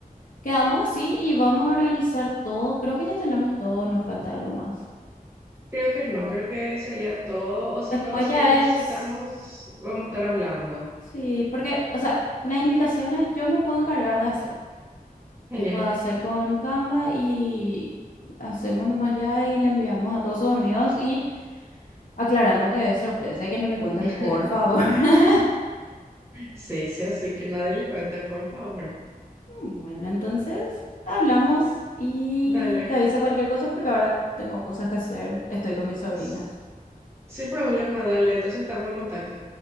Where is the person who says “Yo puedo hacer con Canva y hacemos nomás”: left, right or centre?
Left